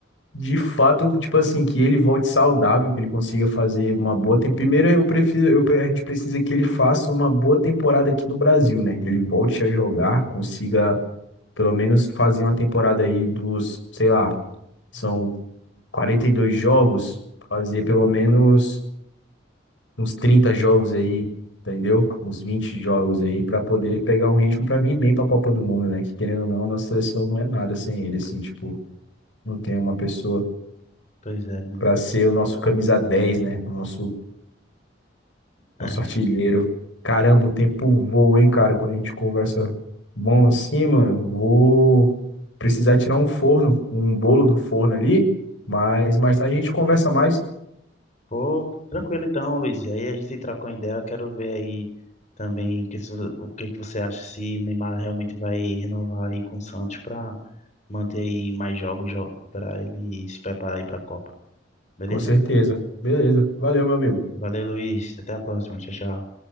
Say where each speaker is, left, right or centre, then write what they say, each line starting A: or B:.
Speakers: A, on the left; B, on the left.
A: de fato, tipo assim, que ele volte saudável, que ele consiga fazer uma boa. tem- Primeiro, eu prefiro, eu- a gente precisa que ele faça uma boa temporada aqui no Brasil, né? Ele volte a jogar, consiga pelo menos fazer uma temporada aí dos, sei lá, são 42 jogos, fazer pelo menos uns 30 jogos aí, entendeu? Uns 20 jogos aí pra poder pegar um ritmo pra vir bem pra Copa do Mundo, né? Que querendo ou não, a nossa seleção não é nada sem ele, assim, tipo, não tem uma pessoa
B: Pois é, mano.
A: pra ser o nosso camisa 10 né? O nosso,
B: É.
A: nosso artilheiro. Caramba, o tempo voa, hein, cara? Quando a gente conversa bom assim, mano, vou precisar tirar um forno, um bolo do forno ali, mas mais tarde a gente conversa mais,
B: Pô, tranquilo então, Luiz. E Aí a gente trocou ideia, eu quero ver aí também que, se- o que que você acha se o Neymar realmente vai renovar aí com o Santos para manter aí mais jogos para ele se preparar aí para a Copa. Beleza?
A: com certeza. Beleza, valeu, meu amigo.
B: Valeu, Luiz. Até a próxima. Tchau, tchau.